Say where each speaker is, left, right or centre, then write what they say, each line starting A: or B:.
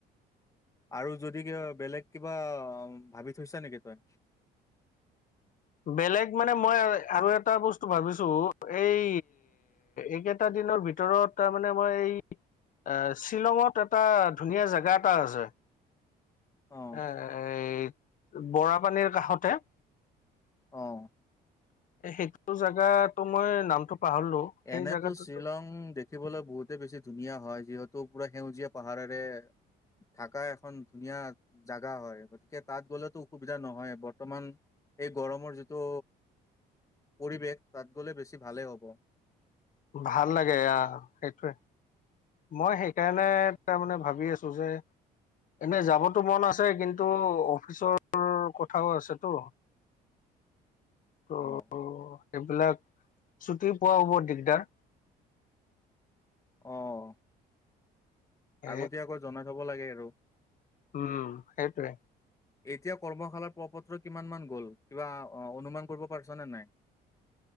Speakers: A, on the left; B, on the left.
A: আৰু যদি কিবা, বেলেগ কিবা ভাবি থৈছা নেকি তই?
B: বেলেগ মানে মই আৰু এটা বস্তু ভাবিছো, এই এইকেইটা দিনৰ ভি ভিতৰত তাৰ মানে মই এই, আ শ্বিলংত এটা ধুনীয়া জাগা এটা আছে।
A: অ',
B: এই বৰাপানীৰ কাষতে।
A: অ'।
B: সেইটো জাগাটো মই নামটো পাহৰিলো। সেই
A: এনেইতো
B: জেগাটোতো
A: শ্বিলং দে দেখিবলৈ বহুতে বেছি ধুনীয়া হয়, যিহেতো পুৰা সেউজীয়া পাহাৰেৰে থাকা এখন ধুনীয়া জাগা হয়, গতিকে তাত গ'লেতো অসুবিধা নহয়েই। বৰ্তমান এই গৰমৰ যিটো পৰিৱেশ, তাত গ'লে বেছি ভালে হ'ব।
B: ভাল লাগে আ, সেইটোয়ে। মই সেইকাৰণে তাৰ মানে ভাবি আছো যে এনে যাবটো মন আছে কিন্তু, অফিচৰ কথাও আছেতো। <inaudible> ত',
A: অ',
B: সেইবিলাক ছুটি পোৱা হ'ব দিগদাৰ।
A: অ'।
B: এ
A: আগতিয়াকৈ জনাই থ'ব লাগে আৰু।
B: উম, সেইটোৱে।
A: এতিয়া কৰ্মশালাৰ প্ৰপত্ৰ কিমান মান গ'ল, কিবা অনুমান কৰিব পাৰছা নে নাই?